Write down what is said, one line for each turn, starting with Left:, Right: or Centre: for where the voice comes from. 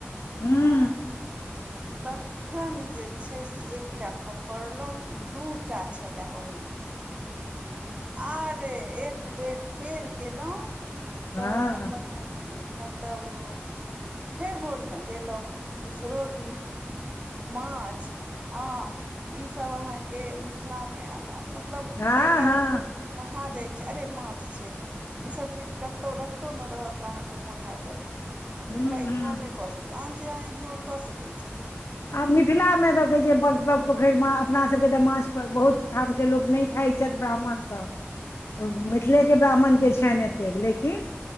Left: हुँ।
Right: आ। तखन जे छै से एकटा पकड़लहुँ कि दूटा। छलै ओहिमे। ह रे एकबर फेर गेलहुँ
Left: हँ
Right: तऽ हमरा। मतलब ओ, फेर भोर मे गेलहुँ दोसरो दिन, माछ आम ईसभ अहाँके मिथिलामे अना। मतलब
Left: हँ
Right: एहि कालमे
Left: हँ
Right: लोक कहाँ जाइ छैय अरे माछ छैत, ईसभ चीज कतहु रस्तोमे रहत तऽ अहाँके मोन हैयत जरय आब
Left: हूँ
Right: एकरा
Left: हूँ
Right: इग्नोर नहि। कऽ सकैत आन चीज अहाँ इग्नोर कऽ सकैत छी
Left: आ मिथिलामे तऽ कहैत छैय पोखरिमे अपनासभके तऽ माछ बहुत, ठाम के लोक नहि खाइ छथि ब्राह्मण सब मिथिले के ब्राह्मण के, खेन हेते लेकिन